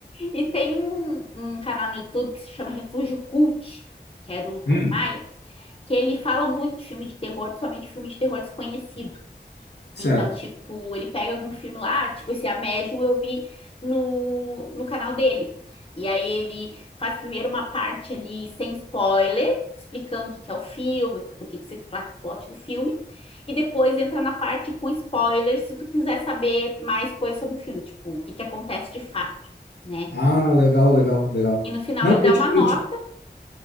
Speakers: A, on the left (about 30°); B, on the left (about 75°).
A: E tem um, um canal no YouTube que se chama Refúgio Cult, que é do Lucas
B: Hum,
A: Maia, que ele fala muito de filme de terror, principalmente filme de terror desconhecido.
B: certo.
A: Então, tipo, ele pega algum filme lá, tipo, esse A Médium eu vi no, no canal dele. E aí ele faz primeiro uma parte ali sem spoiler, explicando o que que é o filme, do que que se trata o plot do filme, e depois entra na parte com spoiler, se tu quiser saber mais coisas sobre o filme, tipo, o que que acontece de fato, né?
B: Ah, legal, legal, legal.
A: E no final
B: Não,
A: ele dá
B: eu te,
A: uma nota.
B: eu te,